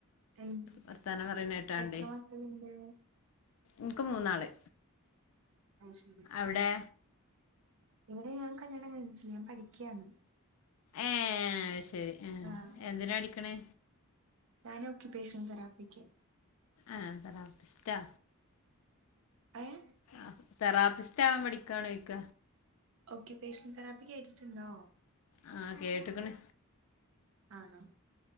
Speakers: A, on the right; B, on the left.
A: എൻ-
B: വർത്താനം പറിണേട്ടാണ്ടി.
A: എത്ര മക്കളുണ്ട്
B: ഇൻക് മൂന്നാള്.
A: അത് ശെരി.
B: എവിടെ?
A: ഇവ്ടെ ഞാൻ കല്യാണം കയ്ഞ്ഞിട്ടില്ല ഞാ പഠിക്ക്യാണ്.
B: ഏഹ് അത് ശെരി എ
A: ആഹ്
B: എന്തിനാ പടിക്ക്‌ണെ?
A: ഞാൻ ഒക്കിപേഷൻ തെറാപ്പിക്ക്.
B: ആഹ് തെറാപ്പിസ്റ്റാ.
A: ഏഹ്.
B: ആഹ് തെറാപ്പിസ്റ്റ് ആവാൻ പഠിക്കാണോയ്ക്ക.
A: Occupation therapy കേട്ട്ട്ടുണ്ടോ?
B: ആഹ് കേട്ട്ക്ണ്.
A: ആണോ?